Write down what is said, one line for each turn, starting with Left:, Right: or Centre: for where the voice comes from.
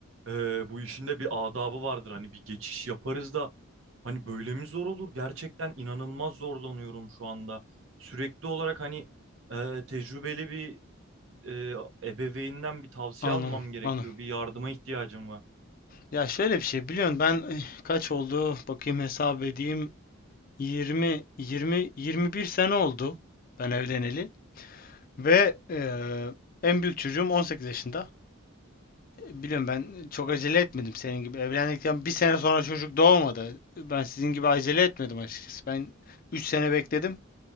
Right: e, bu işin de bir adabı vardır. Hani bir geçiş yaparız da hani böyle mi zor olur? Gerçekten inanılmaz zorlanıyorum şu anda. Sürekli olarak hani e, tecrübeli bir e, ebeveynden bir tavsiye
Left: Anladım.
Right: almam gerekiyor.
Left: Anladım.
Right: Bir yardıma ihtiyacım var.
Left: Ya şöyle bir şey biliyorsun ben eh, kaç oldu bakayım hesap edeyim 20 20 21 sene oldu ben evleneli ve eee, en büyük çocuğum 18 yaşında. E, Biliyorum ben çok acele etmedim senin gibi evlendikten bir sene sonra çocuk doğmadı. Ben sizin gibi acele etmedim açıkçası. Ben 3 sene bekledim